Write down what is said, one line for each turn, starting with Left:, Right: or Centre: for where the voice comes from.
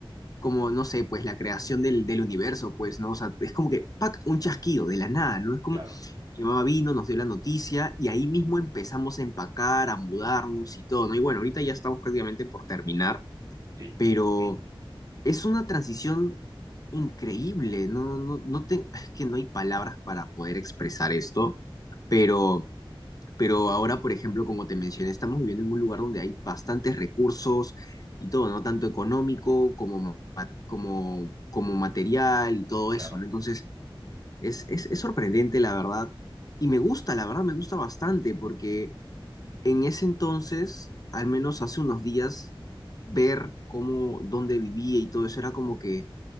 Left: como, no sé, pues la creación del, del universo, pues, ¿no? O sea, es como que, ¡pac!, un chasquido de la nada, ¿no? Es como,
Right: Claro,
Left: mi mamá vino, nos dio la noticia y ahí mismo empezamos a empacar, a mudarnos y todo, ¿no? Y bueno, ahorita ya estamos prácticamente por terminar,
Right: sí,
Left: pero es una transición increíble, no, no, no te- es que no hay palabras para poder expresar esto, pero... Pero ahora, por ejemplo, como te mencioné, estamos viviendo en un lugar donde hay bastantes recursos y todo, ¿no? Tanto económico como, ma- como, como material y todo
Right: claro,
Left: eso, ¿no? Entonces, es, es, es sorprendente, la verdad. Y me gusta, la verdad, me gusta bastante, porque en ese entonces, al menos hace unos días, ver cómo, dónde vivía y todo eso era como que